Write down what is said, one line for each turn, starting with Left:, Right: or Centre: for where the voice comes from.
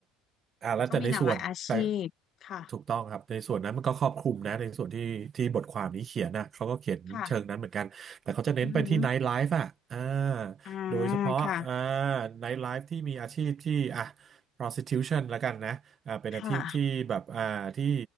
Right: อ่าแล้วแต่ในส่วนแต่
Left: แล้วก็มีหลากหลายอาชีพค่ะ
Right: ถูกต้องครับในส่วนนั้นมันก็ครอบคลุมนะในส่วนที่ที่บทความนี้เขียนนะเขาก็เขียนเชิงนั้นเหมือนกันแต่เขาจะเน้นไปที่ไนท์ไลฟ์อ่ะอ่า
Left: ค่ะอือหืออ่า
Right: โดยเฉพาะอ่า
Left: ค่ะ
Right: ไนท์ไลฟ์ที่มีอาชีพที่อ่ะ prostitution ละกันนะอ่าเป็นอาชีพที่แบบอ่าที่
Left: ค่ะ